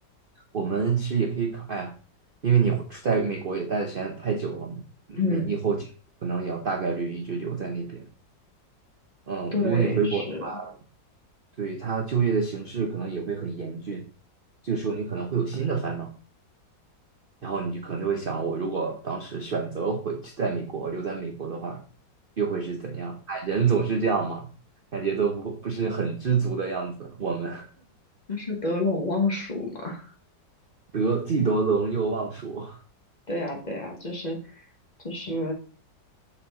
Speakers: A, on the right (about 50°); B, on the left (about 25°).
A: 我们其实也可以考，哎呀，因为你回在美国也待的时间太久了嘛，你以后可能也要大概率一直留在那边。
B: 嗯，
A: 嗯，
B: 对，
A: 如果你回国的话，
B: 是，
A: 对他就业的形势可能也会很严峻，这个时候你可能会有新的烦恼。然后你就可能会想，我如果当时选择回去在美国留在美国的话，又会是怎样？哎，人总是这样嘛，感觉都不不是很知足的样子。我们
B: 就是得陇望蜀嘛。
A: <laughs> 得既得陇又忘蜀，
B: 对呀，对呀，就是就是。